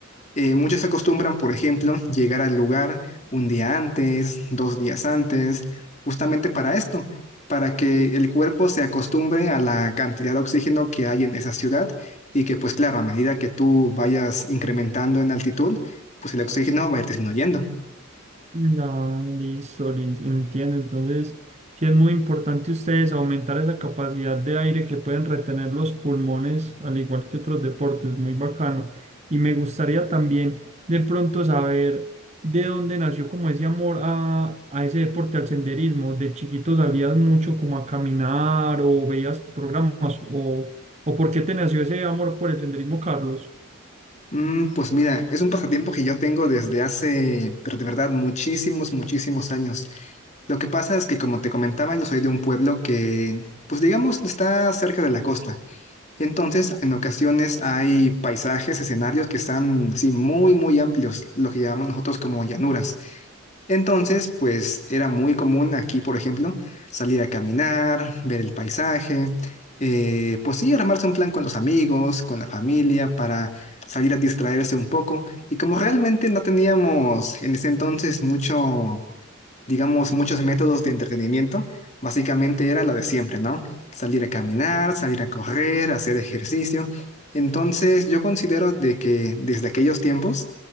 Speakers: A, on the left; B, on the right.
A: Eh, muchos acostumbran, por ejemplo, llegar al lugar un día antes, dos días antes, justamente para esto, para que el cuerpo se acostumbre a la cantidad de oxígeno que hay en esa ciudad y que, pues claro, a medida que tú vayas incrementando en altitud, pues el oxígeno va a ir disminuyendo.
B: No, listo, listo, entiendo. Entonces, sí es muy importante ustedes aumentar esa capacidad de aire que pueden retener los pulmones, al igual que otros deportes, muy bacano. Y me gustaría también de pronto saber de dónde nació como ese amor a, a ese deporte, al senderismo. ¿De chiquito salías mucho como a caminar o veías programas o, o por qué te nació ese amor por el senderismo, Carlos?
A: Mm, pues mira, es un pasatiempo que yo tengo desde hace, pero de verdad, muchísimos, muchísimos años. Lo que pasa es que, como te comentaba, yo soy de un pueblo que, pues digamos, está cerca de la costa. Entonces, en ocasiones hay paisajes, escenarios que están así muy, muy amplios, lo que llamamos nosotros como llanuras. Entonces, pues era muy común aquí, por ejemplo, salir a caminar, ver el paisaje, eh, pues sí, armarse un plan con los amigos, con la familia, para salir a distraerse un poco. Y como realmente no teníamos en ese entonces mucho digamos, muchos métodos de entretenimiento, básicamente era lo de siempre, ¿no? Salir a caminar, salir a correr, hacer ejercicio. Entonces, yo considero de que desde aquellos tiempos